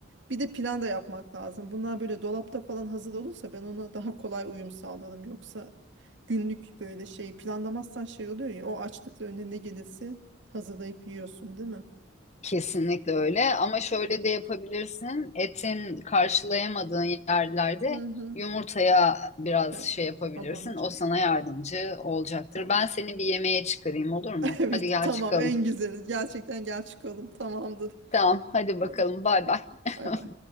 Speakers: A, on the right; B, on the left.
A: bir de plan da yapmak lazım. Bunlar böyle dolapta falan hazır olursa ben ona daha kolay uyum sağlarım. Yoksa günlük böyle şey planlamazsan şey oluyor ya o açlıkla önüne ne gelirse hazırlayıp yiyorsun değil mi?
B: kesinlikle öyle ama şöyle de yapabilirsin. Etin karşılayamadığın yerlerde
A: Hı hı.
B: yumurtaya biraz
A: Evet.
B: şey yapabilirsin.
A: Abanacağım.
B: O sana yardımcı olacaktır.
A: Tamam.
B: Ben seni bir yemeğe çıkarayım olur mu?
A: Evet
B: Hadi gel
A: tamam
B: çıkalım.
A: en güzeli. Gerçekten gel çıkalım. Tamamdır.
B: Tamam, hadi bakalım.
A: Hadi
B: Bay
A: bakalım.
B: bay. <laughs>
A: Bay bay.